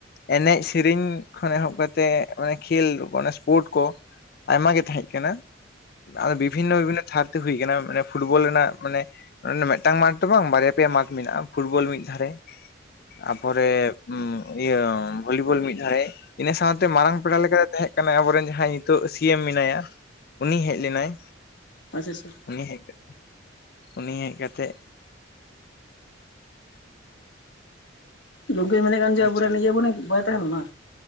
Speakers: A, on the left; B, on the left.
A: ᱮᱱᱮᱡ ᱥᱮᱨᱮᱧ ᱠᱷᱚᱱ ᱮᱦᱚᱵ ᱠᱟᱛᱮᱫ ᱠᱷᱮᱞ ᱥᱯᱳᱨᱴ ᱠᱚ ᱟᱭᱢᱟ ᱟᱨ ᱵᱤᱵᱷᱤᱱᱚ ᱵᱤᱵᱷᱤᱱᱚ ᱛᱷᱟᱨ ᱛᱮ ᱦᱩᱭ ᱟᱠᱟᱱᱟ ᱢᱟᱱᱮ ᱯᱷᱩᱴᱵᱚᱞ ᱨᱮᱱᱟᱜ ᱢᱟᱱᱮ ᱢᱤᱫᱴᱟᱝ ᱢᱟᱨᱴᱷ ᱫᱚ ᱵᱟᱝ ᱵᱟᱨᱭᱟ ᱯᱮᱭᱟ ᱢᱟᱨᱠᱷ ᱢᱮᱱᱟᱜᱼᱟ ᱯᱷᱩᱴᱵᱚᱞ ᱢᱤᱫ ᱢᱤᱫ ᱫᱷᱟᱨᱮ ᱛᱟᱯᱚᱨᱮ ᱤᱭᱟᱹ ᱵᱷᱚᱞᱤᱵᱚᱞ ᱢᱤᱫ ᱫᱷᱟᱨᱮ ᱤᱱᱟᱹ ᱥᱟᱶᱛᱮ ᱢᱟᱨᱟᱝ ᱯᱮᱲᱟ ᱞᱮᱠᱟ ᱛᱟᱦᱮᱸ ᱠᱟᱱᱟ ᱟᱵᱚᱨᱮᱱ ᱡᱟᱦᱟᱸᱭ ᱱᱤᱛᱚᱜ ᱥᱤ ᱮᱢ ᱢᱮᱱᱟᱭᱟ ᱩᱱᱤ ᱦᱮᱡ ᱞᱮᱱᱟᱭ
B: ᱟᱪᱪᱷᱟ ᱟᱪᱪᱷᱟ
A: ᱩᱱᱤ ᱦᱮᱡ ᱞᱮ ᱩᱱᱤ ᱦᱮᱡ ᱠᱟᱛᱮᱫ
B: ᱜᱚᱝᱠᱮ ᱢᱮᱱᱮᱫ ᱠᱟᱱ ᱡᱮ ᱟᱵᱚᱨᱮᱱ
A: ᱟᱪᱪᱷᱟ
B: ᱤᱭᱟᱹ ᱢᱚᱱᱮ ᱵᱟᱭ ᱛᱟᱦᱮᱸ ᱞᱮᱱᱟ